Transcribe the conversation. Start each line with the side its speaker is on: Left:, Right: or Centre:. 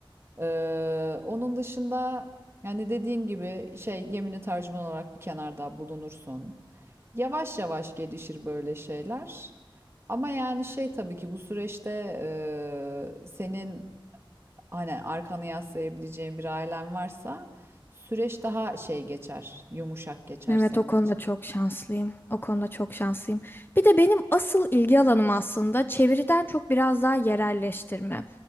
Right: Ee, onun dışında hani dediğim gibi şey yemini tercüman olarak bir kenarda bulunursun. Yavaş yavaş gelişir böyle şeyler. Ama yani şey tabii ki bu süreçte eee, senin hani arkanı yaslayabileceğin bir ailen varsa süreç daha şey geçer, yumuşak geçer
Left: Evet,
Right: senin
Left: o konuda
Right: için.
Left: çok şanslıyım. O konuda çok şanslıyım. Bir de benim asıl ilgi alanım aslında çeviriden çok biraz daha yerelleştirme.